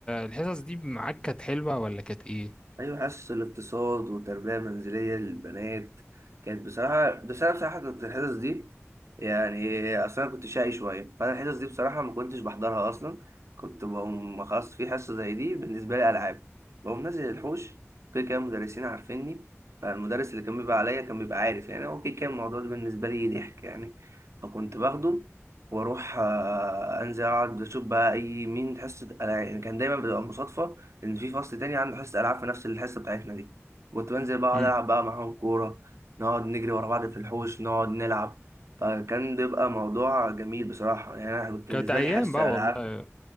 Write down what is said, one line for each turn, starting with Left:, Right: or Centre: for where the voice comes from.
Left: الحصص دي معاك كانت حلوه ولا كانت ايه
Right: أيوة حصص الاقتصاد وتربية منزلية للبنات كانت بصراحة بس أنا بصراحة كنت الحصص دي يعني أصل أنا كنت شقي شوية فأنا الحصص دي بصراحة ما كنتش بحضرها أصلا كنت بقوم خلاص في حصة زي دي بالنسبة لي ألعاب بقوم نازل الحوش كده كده المدرسين عارفيني فالمدرس اللي كان بيبقى عليا كان بيبقى عارف يعني هو كده كان الموضوع ده بالنسبة لي ضحك يعني فكنت باخده وأروح آه، أنزل أقعد أشوف بقى أي مين حصة ألعاب يعني كان دايما بتبقى مصادفة ان في فصل تاني عنده حصه العاب في نفس الحصه بتاعتنا دي كنت بنزل بقعد
Left: مم.
Right: العب بقى معاهم كوره نقعد نجري ورا بعض في الحوش نقعد نلعب فكان بيبقى موضوع جميل بصراحه يعني انا كنت
Left: كانت
Right: بالنسبه
Left: ايام
Right: لي حصه
Left: بقى والله
Right: العاب